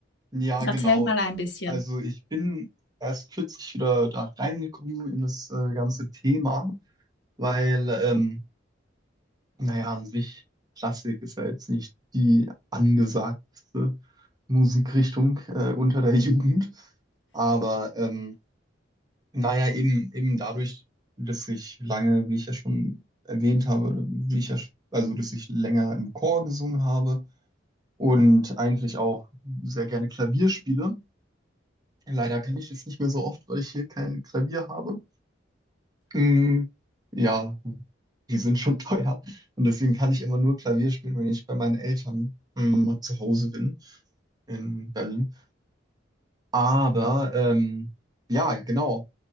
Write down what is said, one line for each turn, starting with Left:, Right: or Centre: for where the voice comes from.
Right: Ja,
Left: Erzähl
Right: genau.
Left: mal ein bisschen.
Right: Also ich bin erst kürzlich wieder da reingekommen in das äh, ganze Thema, weil ähm, Naja, an sich, Klassik ist ja jetzt nicht die angesagteste Musikrichtung äh, unter der Jugend. Aber ähm, naja, eben, eben dadurch, dass ich lange, wie ich ja schon erwähnt habe, wie ich ja, sch- also dass ich länger im Chor gesungen habe und eigentlich auch sehr gerne Klavier spiele. Leider kann ich das nicht mehr so oft, weil ich hier kein Klavier habe. Mm, ja, die sind schon <laughs> teuer. Und deswegen kann ich immer nur Klavier spielen, wenn ich bei meinen Eltern mm, mal zu Hause bin in Berlin. Aber ähm, ja, genau.